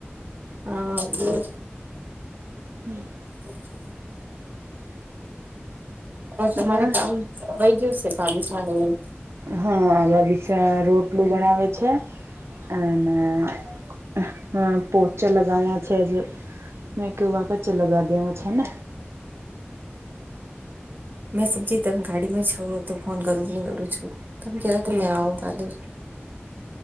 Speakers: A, on the right; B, on the right.
A: હા એટલે
B: હમ
A: હ તમારે
B: ઓર?
A: કામ થ <unintelligible> ભાબીસા નું
B: હા અ ભાભી સા રોટલું બનાવે છે અને હ પોચા લગવા છે જે મે ક્યુ વા પચે લગા દેવા છે ને
A: મેં સમજી તમે ગાડીમાં છો તો ફોન કરું કરું છું તમે કેવા
B: હમ.
A: મેં આવું કાલે